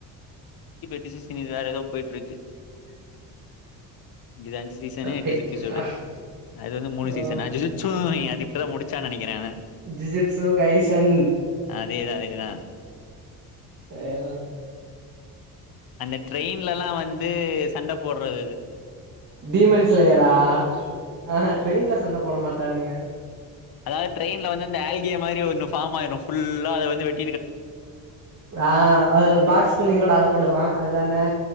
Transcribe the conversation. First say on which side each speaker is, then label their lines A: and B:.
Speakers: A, on the left; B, on the right.
A: கிஸு சீனு வேற எதோ போயிட்டுருக்கு இது அஞ்சு சீசனு எட்டு
B: ரைட்ரா
A: எபிசோடு அது வந்து மூணு
B: ஓ
A: சீசனா ஜூஜூட்ஸு அது எப் இப்பதா முடிச்சானு நெனைக்கறே நானு
B: ஜூஜூட்சோ கைசன்
A: அதேதா அதேதா
B: அயோ
A: அந்த ட்ரெயின்லலா வந்து சண்ட போட்றதது
B: டீமன்ஸ்லேயரா ஆஹ ட்ரெயின்ல சண்ட போட மாட்டானுங்க
A: அதாவது ட்ரெயின்ல வந்து இந்த ஆல்கே மாரி ஒன்னு ஃபார்ம் ஆயிரும் ஃபுல்லா அத வந்து வெட்
B: ஆ அது ஒரு பாக்ஸ்குள்ளயு கூட அகப்படுவா அதுதானே